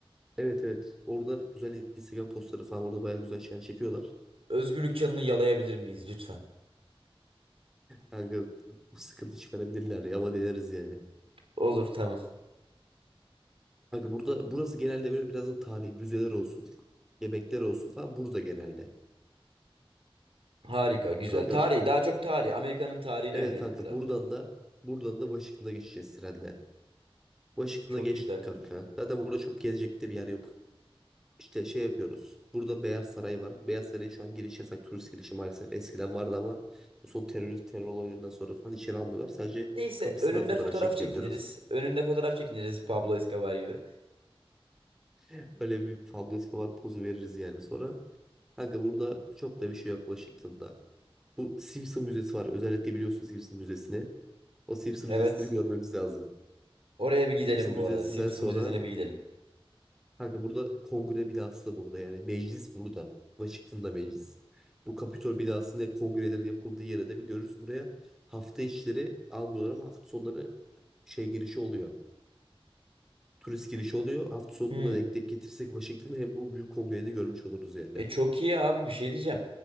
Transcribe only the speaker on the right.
Özgürlük Çanı'nı yalayabilir miyiz lütfen?
Olur tamam.
Harika, güzel.
Tarihi, daha çok tarihi. Amerika'nın tarihine
yönelik
biraz
daha.
Çok
güzel.
Neyse,
önünde
fotoğraf
çekiniriz. Önünde fotoğraf çekiniriz Pablo Escobar gibi.
Evet.
Oraya bir gidelim
bu
arada. Simpson
Müzesi'ne bir gidelim.
Hmm.
E çok iyi abi bir şey diyeceğim.